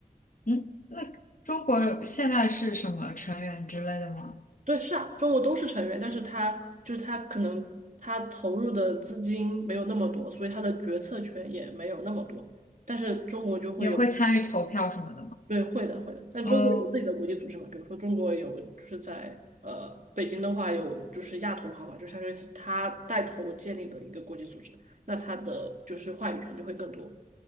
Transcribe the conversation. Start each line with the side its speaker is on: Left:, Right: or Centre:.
Left: 嗯，那中国现在是什么成员之类的吗？
Right: 对，是啊，中国都是成员，但是他就是他可能他投入的资金没有那么多，所以他的决策权也没有那么多。但是中国就会有，
Left: 也会参与投票什么的吗？
Right: 对，会的，会的。但中国有自己的国际组织嘛，
Left: 哦，
Right: 比如说中国有就是在呃北京的话有就是亚投行嘛，就相当于是他带头建立的一个国际组织，那他的就是话语权就会更多。